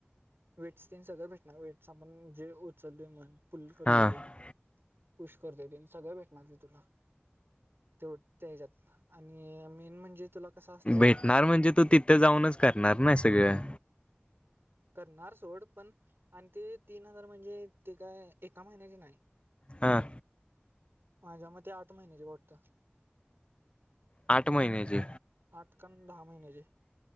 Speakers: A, on the right; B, on the left.
A: वेटसन सगळं भेटणार वेट सामण जे उचलले मन फुल करतय
B: हां
A: ते पुुश करतय दे सगळ भेटणार ते तुला तेव त्या ह्याज्यात आणि मेन म्हणजे तुला कसं असते
B: भेटणार म्हणजे तू तिथं जाऊनच करणार ना सगळं
A: करणार सोड पण आणि ते तीन हजार म्हणजे ते काय एका महिन्याचे नाही
B: हां
A: माझ्या मते आठ महिन्याचे वाटत
B: आठ महिन्याची
A: आठ का दहा महिन्याचे